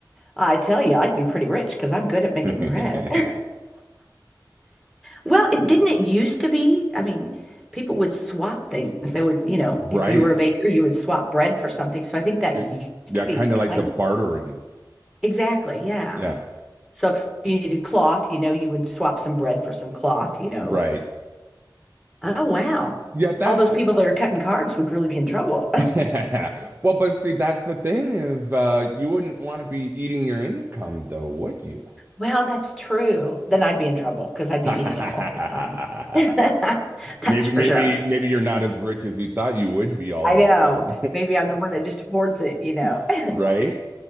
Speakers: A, in the centre; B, on the right.
A: I tell you, I'd be pretty rich because I'm good at making
B: <laughs>
A: bread. <laughs> Well, it, didn't it used to be? I mean, people would swap things. They would, you know,
B: Right.
A: if you were a baker, you would swap bread for something. So I think that
B: It-
A: used
B: yeah,
A: to be
B: kind of
A: kind
B: like the bartering.
A: of exactly, yeah.
B: Yeah,
A: So if you needed cloth, you know, you would swap some bread for some cloth, you know.
B: right.
A: Oh, wow.
B: Yeah, that
A: All those Yeah. people that are cutting carbs would really be in trouble.
B: <laughs> Well, but see, that's the thing is, uh, you wouldn't want to be eating your income, though, would you?
A: Well, that's true. Then I'd be in trouble because
B: <laughs>
A: I'd be eating it all the time. <laughs> That's
B: Maybe,
A: for
B: maybe,
A: sure.
B: maybe you're not as rich as you thought you would be all
A: I
B: of
A: know.
B: a sudden,
A: Maybe I'm the one that just hoards it, you know.
B: <laughs>
A: <laughs>
B: right?